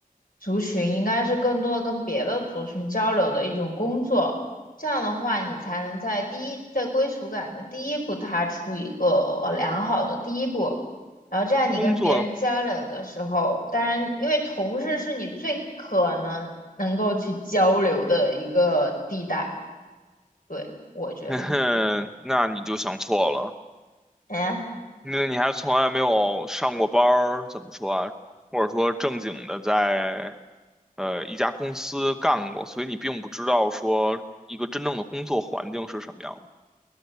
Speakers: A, on the left; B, in the centre.
A: 族群，应该是更多的跟别的族群交流的一种工作。这样的话，你才能在第一，在归属感的第一步踏出一个良好的第一步。然后这样你跟别人交流的时候，
B: 工作，
A: 当然，因为同事是你最可能能够去交流的一个地带，对，我觉得哈。
B: <laughs> 嘿嘿，那你就想错了。
A: 哎，
B: 那你还从来没有上过班儿，怎么说啊？或者说正经的在呃一家公司干过，所以你并不知道说一个真正的工作环境是什么样的。